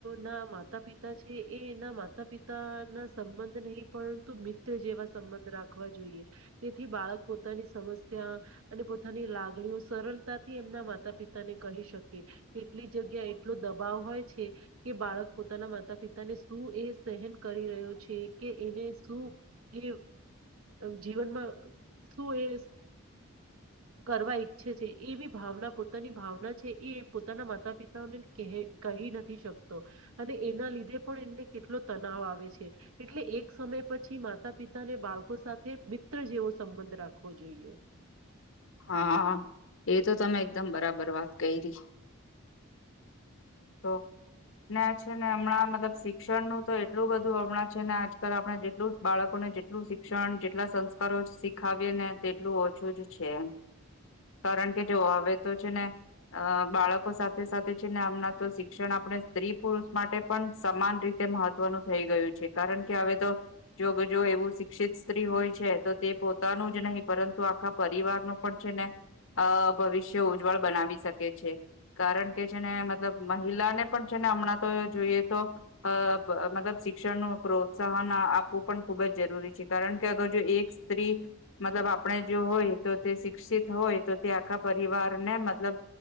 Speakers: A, on the right; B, on the left.
A: ના માતા પિતા છે જે એ એના માતા પિતા ના સંબંધ નહી પરંતુ મિત્ર જેવા સંબંધ રાખવા જોઈએ તેથી બાળક પોતાની સમસ્યા અને પોતાની લાગણીઓ સરળતાથી એમના મા માતા પિતા ને કહી શકે કેટલી જગ્યા એટલો દબાવ હોય છે કે બાળક પોતાના માતા પિ પિતાને શું એ સહન કરી રહ્યો છે કે એને શું એ જીવનમાં શું એ કરવા ઈચ્છે છે એવી ભાવના પોતાની ભાવના છે એ પોતાના માતા પિતાને કહી નથી શકતો અને એના લીધે પણ એને કેટલો તનાવ આવે છે એટલે એક સમય પછી માતા પિતાને બાળકો સાથે મિત્ર જેવો સંબંધ રાખવો જોઈએ
B: હા એ તો તમે એકદમ બરાબર વાત કરી તો ને છે ને હમણાં મતલબ શિક્ષણ નું તો એટલું બધું હમણાં છે ને આજકાલ આપડણે જેટલું બાળકોને જેટલું શિક્ષણ જેટલા સંસ્કારો શીખાવી ને તેટલું ઓછું જ છે એમ કારણ કે જો અવે તો છે ને અ બાળકો સાથે સાથે છે ને આમના તો શિક્ષણ આપણે સ્ત્રી પુરુષ માટે પણ સમાન રીતે મહત્વનું થઈ ગયું છે કારણ કે હવે તો જો જો એવું શિક્ષિત સ્ત્રી હોય છે તો તે પોતાનું જ નહીં પરંતુ આખા પરિવારનુ પણ છે ને અ ભવિષ્ય ઉજ્જવળ બનાવી શકે છે કારણ કે છે ને મતલબ મહિલાને પણ છે હમણાં તો જોઈએ તો આ મતલબ શિક્ષણ નું પ્રોત્સાહન આપવું પણ ખૂબ જ જરૂરી છે કારણ કે અગર જો એક સ્ત્રી મતલબ આપણે જો હોય તો શિક્ષિત હોય તો તે આખા પરિવાર ને મતલબ